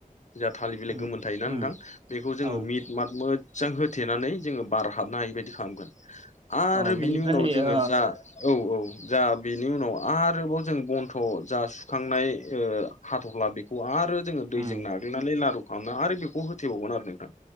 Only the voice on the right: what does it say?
उम
उम
औ
अ
बेनिफ्राय
ओ
उम